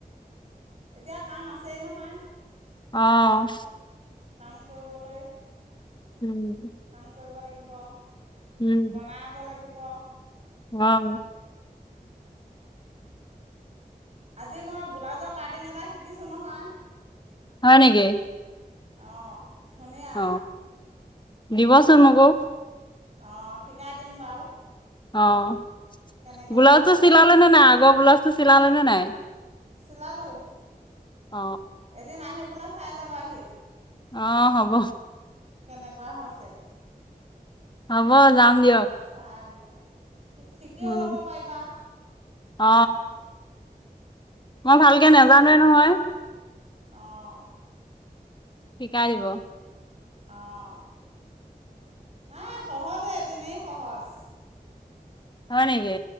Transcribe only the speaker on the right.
এতিয়া কাম আছেই নহয়।
কাম কৰিবলৈ
কাম কৰিব লাগিব আৰু।
বনাব লাগে, লাগিব।
আজি মই বব্লাউজৰ কাটিং এটা শিকিছোঁ নহয়।
অঁ। ধুনীয়া
অঁ শিকাই দিম বাৰু।
কেনেকৈ
কৰিব লাগে
চিলালো।
এদিআহি পেলাই চাইজাবাহি।
কেনেকুৱা হৈছে,
চাহ বলে শিকিও
ল'ব পাৰিবা,
শিকি
কৰি
লৈ বোলে
অঁ।
অ' নাই সহজে তেনেই সহজ।